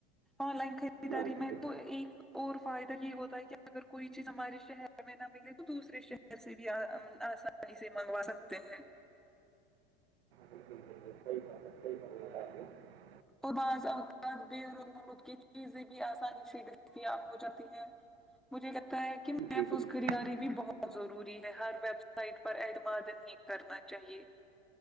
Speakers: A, in the centre; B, on the right.
A: آن لائن خریداری
B: ہاں جی
A: میں
B: بالکل
A: تو ایک اور فائدہ یہ ہوتا ہے کہ اگر کوئی چیز ہمارے شہر میں نہ ملے تو دوسرے شہر سے بھی آس پ سے منگوا سکتے ہیں
B: بکل بکل کوئی بات کوئی بات ب
A: اوربعض اوتاد بیرونم کے چیزیں بھی آسانی سے دستیاب ہو جاتی ہیں مجھے لگتا ہے کہ
B: جی
A: محفوظ
B: بالکل
A: گریاری بھی بہت ضروری ہے ہر ویب سائٹ پر اعتمادن نہیں کرنا چاہیے